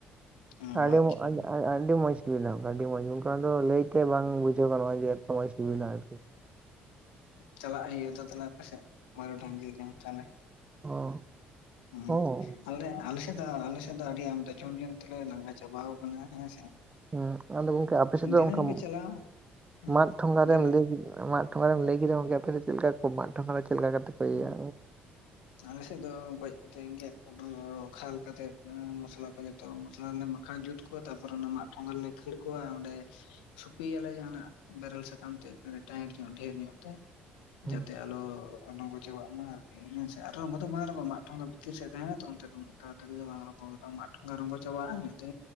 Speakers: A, on the left; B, on the right.
A: ᱚ
B: ᱟᱹᱰᱤ
A: ᱟᱪᱪᱷᱟ
B: ᱟᱹᱰᱤ ᱢᱚᱡᱽ ᱥᱤᱵᱤᱞᱟ ᱟᱹᱰᱤ ᱢᱚᱡᱽ ᱚᱝᱠᱟ ᱫᱚ ᱞᱟᱹᱭᱛᱮ ᱵᱟᱝ ᱵᱩᱡᱷᱟᱹᱣ ᱜᱟᱱᱚᱜᱼᱟ ᱡᱮ ᱮᱛᱚ ᱢᱚᱡᱽ ᱥᱤᱵᱤᱞᱟ ᱟᱨᱠᱤ
A: ᱪᱟᱞᱟᱜ ᱦᱩᱭᱩᱜᱼᱟ ᱛᱚ ᱛᱟᱦᱚᱞᱮ ᱟᱯᱮᱥᱮᱡ ᱵᱟᱨᱩᱰᱟᱝ ᱜᱤᱞ ᱡᱚᱢ ᱛᱟᱦᱚᱞᱮ
B: ᱚ
A: ᱦᱮᱸ
B: ᱚ
A: ᱟᱞᱮ ᱟᱞᱮᱥᱮᱫ ᱫᱚ ᱟᱞᱮᱥᱮᱫ ᱫᱚ ᱟᱹᱰᱤ ᱟᱢᱫᱟ ᱡᱚᱢ ᱡᱚᱢ ᱛᱮᱞᱮ ᱞᱟᱸᱜᱟ ᱪᱟᱵᱟᱣ ᱟᱠᱟᱱᱟ ᱦᱮᱸ ᱥᱮ
B: ᱦᱮᱸ ᱟᱫᱚ ᱜᱚᱝᱠᱮ ᱟᱯᱮᱥᱮᱫ ᱫᱚ
A: ᱫᱤᱱᱟᱹᱢ
B: ᱚᱱᱠᱟ
A: ᱠᱚ ᱪᱟᱞᱟᱜᱼᱟ ᱦᱮᱸ
B: ᱢᱟᱫ ᱴᱷᱚᱸᱜᱟ ᱨᱮᱢ
A: ᱫᱤᱱᱟᱹᱜ
B: ᱞᱟᱹᱭ ᱢᱟᱫ ᱴᱷᱚᱸᱜᱟ ᱨᱮᱢ ᱞᱟᱹᱭ ᱠᱮᱫᱟ ᱜᱚᱝᱠᱮ ᱟᱯᱮ ᱪᱮᱫ ᱞᱮᱠᱟ ᱠᱚ ᱢᱟᱫ ᱴᱷᱚᱸᱜᱟ ᱨᱮ ᱪᱮᱫ ᱞᱮᱠᱟ ᱠᱟᱛᱮ ᱠᱚ
A: ᱦᱩᱱ
B: ᱤᱭᱟᱹᱭᱟ
A: ᱟᱞᱮᱥᱮᱫ ᱫᱚ ᱜᱚᱡ ᱠᱟᱛᱮᱜ ᱜᱮᱫ ᱠᱷᱟᱞ ᱠᱟᱛᱮᱜ ᱢᱚᱥᱚᱞᱟ ᱠᱚ ᱡᱚᱛᱚ ᱢᱚᱥᱚᱞᱟ ᱞᱮ ᱡᱩᱛ ᱠᱚᱣᱟ ᱛᱟᱨᱯᱚᱨᱮ ᱚᱱᱟ ᱢᱟᱫ ᱴᱷᱚᱸᱜᱟ ᱨᱮ ᱞᱮ ᱠᱷᱟᱹᱲ ᱠᱚᱣᱟ ᱚᱸᱰᱮ ᱥᱩᱯᱤᱭᱟᱞᱮ ᱡᱟᱦᱟᱱᱟᱜ ᱵᱮᱨᱮᱞ ᱥᱟᱠᱟᱢ ᱛᱮ ᱴᱟᱭᱤᱴ ᱧᱚᱜ ᱰᱷᱮᱨ ᱧᱚᱜ ᱛᱮ
B: ᱦᱩᱸ
A: ᱡᱟᱛᱮ ᱟᱞᱚ ᱨᱚᱝᱜᱚ ᱪᱟᱵᱟᱜ ᱢᱟ ᱟᱨᱠᱤ ᱤ ᱟᱨ ᱨᱚᱝᱜᱚ ᱫᱚ ᱵᱟᱝ ᱨᱚᱝᱜᱚ ᱢᱟᱫ ᱴᱷᱚᱸᱜᱟ ᱵᱷᱤᱛᱤᱨ ᱥᱮᱫ ᱛᱟᱦᱮᱱᱟ ᱛᱚ ᱚᱱᱛᱮ ᱫᱚᱱᱟᱹᱜ ᱫᱚ ᱵᱟᱝ ᱢᱟᱫ ᱴᱷᱚᱸᱜᱟ ᱨᱚᱝᱜᱚ ᱪᱟᱵᱟᱜᱼᱟ ᱤᱱᱟᱹ ᱠᱟᱛᱮ